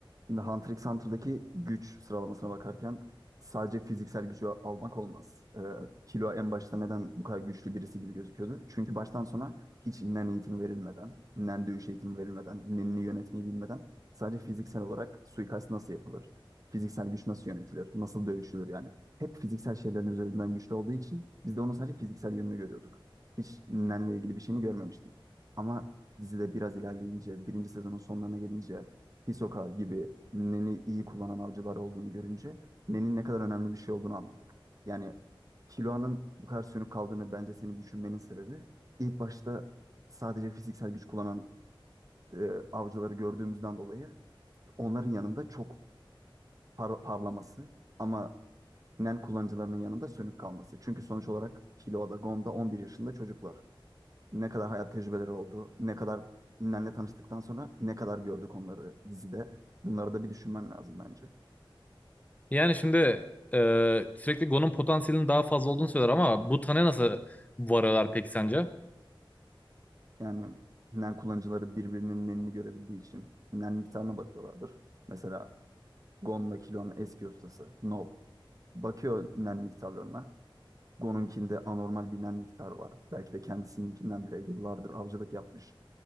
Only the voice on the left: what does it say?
Yani şimdi e, sürekli Gon'un potansiyelinin daha fazla olduğunu söyler ama bu tane nasıl varıyorlar peki sence?